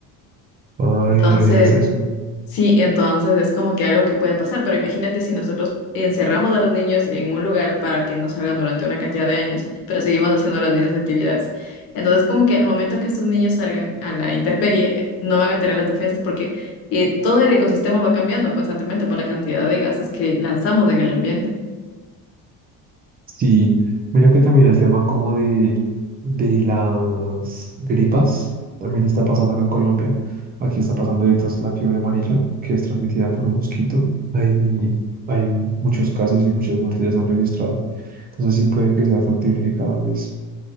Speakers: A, on the right; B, on the left.
A: Ay,
B: Entonces,
A: no digas eso.
B: sí, entonces es como que algo que puede pasar, pero imagínate si nosotros encerramos a los niños en un lugar para que no salgan durante una cantidad de años, pero seguimos haciendo las mismas actividades. Entonces, como que al momento que estos niños salgan a la intemperie, eh, no van a tener las defensas porque eh, todo el ecosistema va cambiando constantemente por la cantidad de gases que lanzamos en el ambiente.
A: Sí, mira que también el tema como de, de las gripas también está pasando acá en Colombia. Aquí está pasando ahorita es la fiebre amarilla, que es transmitida por un mosquito. Hay, hay muchos casos y muchas muertes ya se han registrado. Entonces sí puede que sea factible que cada vez